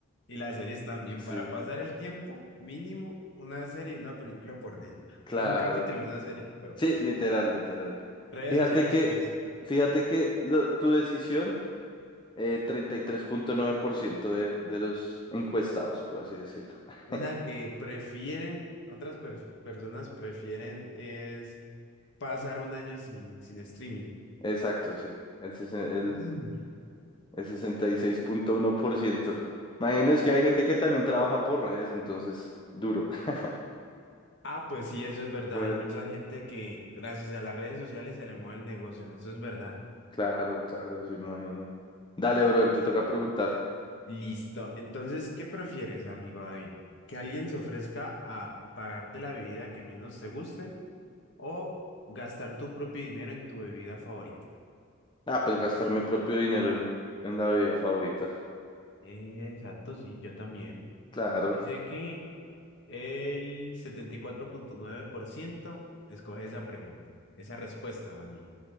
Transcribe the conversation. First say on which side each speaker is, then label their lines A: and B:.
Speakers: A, on the left; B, on the left.
A: Y las series también,
B: Sí,
A: para pasar el tiempo, mínimo una serie y una película por día. <laughs>
B: claro.
A: Un capítulo, una serie. Pero
B: Sí,
A: pues,
B: literal, literal.
A: redes
B: Fíjate
A: sociales,
B: que,
A: pues.
B: fíjate
A: ah.
B: que lo- tu decisión, eh, treinta y tres punto nueve por ciento de, de los encuestados, por así decirlo. <laughs>
A: O sea que prefieren, otras pers- personas prefieren es pasar un año sin, sin streaming.
B: Exacto, sí. El, sesen- el,
A: Mm.
B: el sesenta y seis punto uno por ciento. Imagino es que hay gente que también trabaja por redes, entonces, duro. <laughs>
A: Ah, pues sí, eso es verdad.
B: Bueno,
A: Hay mucha gente que gracias a las redes sociales se le mueve el negocio. Eso es verdad.
B: claro, claro, sí, me imagino. Dale, brother, te toca preguntar.
A: Listo. Entonces, ¿qué prefieres, amigo David? ¿Que alguien se ofrezca a pagarte la bebida que menos te guste o gastar tu propio dinero en tu bebida favorita?
B: Ah,
A: Ok.
B: pues gastar mi propio dinero en, en la bebida favorita.
A: Exacto, sí, yo también.
B: Claro.
A: Dice que el 74.9% escoge esa pregunta, esa respuesta más bien.